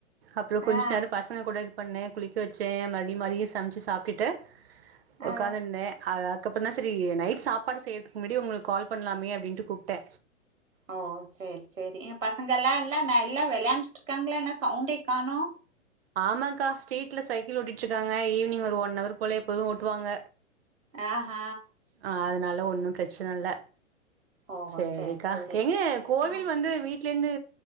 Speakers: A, on the right (about 50°); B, on the right (about 75°).
A: அப்றோ கொஞ்சோ
B: ஆ
A: நேரம் பச கூட இது பண்ணே குளிக்க வச்சே மறுபடி மதிய சமைச்சு சாப்பிட்டு
B: ஆ
A: உக்காந்துருதே அத அதுக்கப்புற தா சேரி நைட் சாப்பாடு செய்றதுக்கு முன்னாடி உங்களுக்கு கால் பண்ணலாமே அப்டின்ட்டு கூப்பிட்டே
B: ஓ சேரி சேரி என் பசங்க எல்லா இல்லா எல்லா விளையாண்டுட்டு இருக்காங்களா என்னா சவுண்டே காணோ
A: ஆமாக்கா ஸ்ரீட்ல சைக்கிள் ஓட்டு இருக்காங்க ஈவினிங் ஒரு ஒன் ஹவர் போல எப்போது ஓட்டுவாங்க
B: ஆஹ
A: ஆஹ் அதனால ஒன்னு பிரச்சனை இல்ல
B: ஓ
A: சேரிக்கா
B: சேரி சேரி
A: எங்க கோவில்
B: ஆ
A: வந்து வீட்டு வீட்ல இருந்து